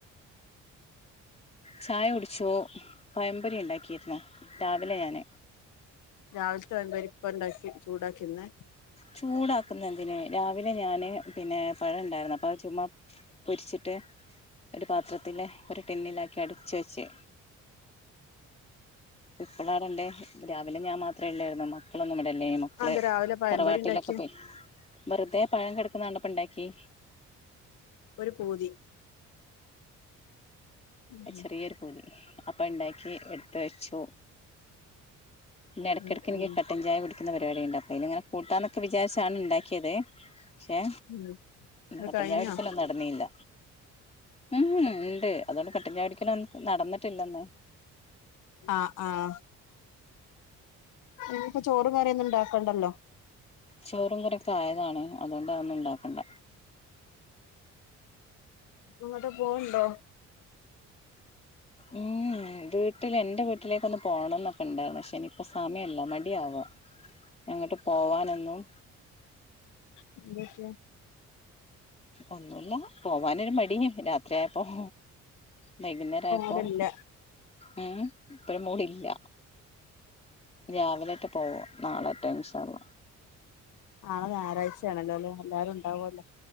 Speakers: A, on the left; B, on the left.
A: ചായ കുടിച്ചോ പയംപൊരി ഉണ്ടാക്കിയിരുന്ന രാവിലെ ഞാൻ......
B: രാവിലത്തെ പഴം പൊരി എന്തരി ഇപ്പ ഉണ്ടാക്കി ചൂടാക്കിന്ന്.
A: ചൂടാക്കുന്ന എന്തിനന് രാവിലെ ഞാന് പിന്നെ പഴം ഉണ്ടായിരുന്നു അപ്പൊ ചുമ്മാ. പൊരിച്ചിട്ട് ഒരു പാത്രത്തിലെ ഒരു ടിന്നിലാക്കി അടച്ച് വെച്ചേ. ഇപ്പോള ണ്ടണ്ട് ര്രാവിലെ ഞാൻ മാത്രേ ഉള്ളായിരുന്നു മക്കളൊന്നും ഇവിടെല്ലേയ്നു
B: അതന്ത രാവിലെ പഴംപൊരി
A: തറവാട്ടിലൊക്കെ
B: ഉണ്ടാക്കിയെ
A: പോയി വെറുതെ പഴം കിടക്കുന്നതാണ്പ്പ ഇണ്ടാക്കി.....
B: ഒരു പൂതി..... ഉം
A: ചെറിയൊരു പൂതി അപ്പ ഉണ്ടാക്കി എടുത്ത വെച്ചു. പിന്നെ ഇടക്കിടക്ക്
B: ഉം
A: എനിക്ക്
B: ഉം
A: കട്ടൻ ചായ പിടിക്കുന്ന പരിപാടി ഉണ്ട അപ്പ അ ഇങ്ങനെ..... കൂട്ടാന്നൊക്കെ വിചാരിച്ചാണ് ഉണ്ടാക്കിയത് പക്ഷേ
B: ഉം അത്
A: കട്ടച്ചായ
B: കഴിഞ്ഞോ
A: നടന്നീയില്ല ഇഹ് ഇണ്ട് അതുകൊണ്ട് കെട്ടിചാടിക്കലുംന്ന നടന്നിട്ടില്ലന്ന്.....
B: ആഹ ആഹ..... ഇനിഇപ്പോ ചോറും കറിയൊന്നും ഉണ്ടാക്കണ്ടല്ലോ....
A: ചോറും കറിഒക്കെആയതാണ് അതുകൊണ്ട അത്‌ ഒന്നും ഇണ്ടാക്കണ്ട.
B: ഇങ്ങട്ട് പോക്ണ്ടോ?
A: ഉം ഉം വീട്ടിൽ എന്റെ വീട്ടിലേക്കൊന്ന് പോണംന്നൊക്കെ ഇണ്ടായിരുന്നു പക്ഷേ ഇനിയിപ്പോ സമയല്ല മടിയ ആവാ. അങ്ങട്ട് പോവാനൊന്നും
B: എന്താ പറ്റിയേ?
A: ഒന്നുല്ല പോവാനൊരു മടി രാ ത്രി ആയപ്പം വൈകുന്നേരായപ്പം
B: ഇവിടെ ഇല്ല
A: ഉം ഇപ്പഴും മൂടില്ല. രാവിലെറ്റ പോവ നാളെറ്റെ ഇൻഷാ അള്ളാ.
B: നാളെ ഞായറാഴ്ചയാണല്ലോ ലെ എല്ലാരും ഉണ്ടാവല്ലോ.